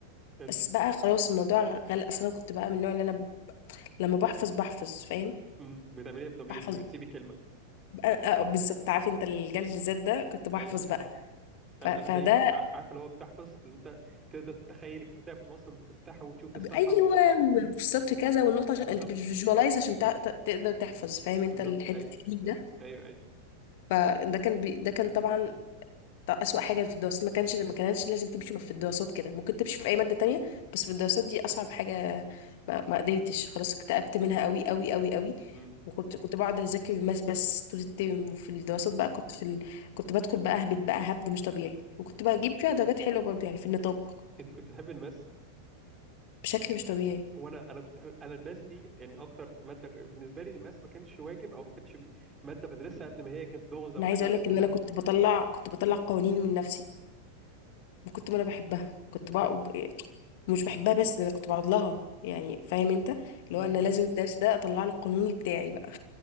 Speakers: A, on the right; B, on the left.
A: حلو
B: بس بقى خلاص الموضوع غلق اصلا أنا كنت بقى من النوع اللي انا لما بحفظ بحفظ فاهم
A: امم بتعمليها بضمير
B: بحفظ
A: مش بتسيبي كلمه
B: أ- أ- بالظبط عارف انت الجلد الذات ده كنت بحفظ
A: ايوه ايوه
B: بقى
A: انا
B: ف... فده
A: انا زيك ع- عارف اللي هو بتحفظ اللي انت تقدر تتخيل الكتاب من اصلا تفتحه وتشوف الصفحه
B: ايوه
A: وت...
B: وفي السطر كذا والنقطه عشان
A: بالظبط
B: انت بتفيجواليز عشان تع- ت- تقدر تحفظ فاهم انت
A: بالظبط
B: الحته
A: ايوه
B: التكنيك ده
A: ايوه ايوه
B: فده كان بي... ده كان طبعا ده أسوأ حاجة في الدراسات ما كانش ما كانتش لازم تمشي في الدراسات كده ممكن تمشي في أي مادة تانية بس في الدراسات دي أصعب حاجة ما, ما قدرتش خلاص اكتئبت منها قوي قوي قوي قوي
A: امم
B: وكنت كنت بقعد أذاكر الماس بس طول الترم وفي الدراسات بقى كنت في ال... كنت بدخل بقى أهبط بقى هبد مش طبيعي وكنت بجيب فيها درجات حلوة برضه يعني في النطاق
A: انت كنت بتحب الماس
B: بشكل مش طبيعي
A: وانا انا كنت انا الماس دي يعني اكتر ماده ك- بالنسبه لي الماس ما كانش واجب او ما كانتش م- ماده بدرسها قد ما هي كانت لغز او
B: أنا
A: حاجه
B: عايزة
A: انت
B: أقولك
A: بتحلها
B: إن أنا كنت بطلع كنت بطلع قوانين من نفسي كنت ما انا بحبها كنت بقى
A: كنت
B: مش بحبها بس ده انا كنت بقعد لها يعني فاهم انت اللي
A: امم
B: هو انا لازم الدرس ده اطلع له القانون بتاعي بقى